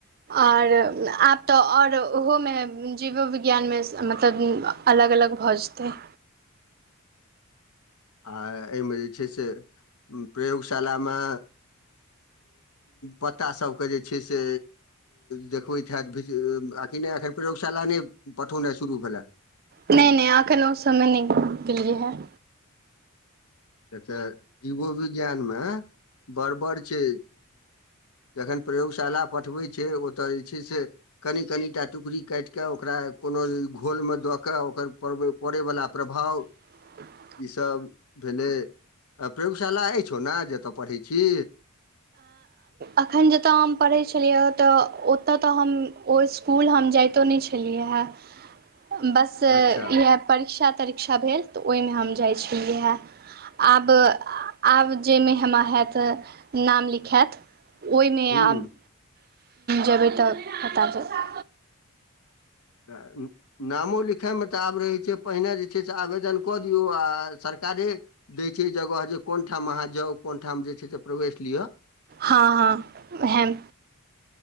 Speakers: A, on the right; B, on the left.
A: आओर आब तऽ आओर ओहोमे जीवो विज्ञान मे मतलब अलग अलग भऽ जेतै
B: आ एहिमे जे छै से प्रयोगशाला मे पत्ता सभ के जे छै से देखबैत हैत भ आ कि नहि एखन प्रयोगशाला नहि पठौनाइ शुरू भेलए।
A: नहि नहि आक ल समय नहि मिली है।
B: से तऽ जीवो विज्ञानमे बड़बड़ छै जखन प्रयोगशाला पठबै छै ओतय जे छै से कनि कनि टा टुकड़ी काटि कऽ ओकरा कोनो घोलमे दऽ कऽ ओकर प पड़ै वला प्रभाव
A: <inaudible>
B: ईसभ भेलै आ प्रयोगशाला अछि ने जतय पढ़ैत छी।
A: अखन जतय हम पढ़ै छलियै तऽ ओतय तऽ हम ओ इस्कुल हम जाइतो नहि छलियै हँ बस
B: अच्छा
A: इएह परीक्षा तरीक्षा भेल तऽ ओहिमे हम जाइत छलियै हे आब आब जाहिमे हमरा हैत नाम लिखायत ओहिमे
B: हूँ
A: आब जेबै तऽ बता
B: तऽ उँ नामो लिखयमे तऽ आब रहै छै पहिने जे छै से आवेदन कऽ दियौ आ सरकारे दै छै जगह जे कोन ठाम अहाँ जाउ कोन ठाम जे छै से प्रवेश लिअ
A: हाँ हाँ हाँ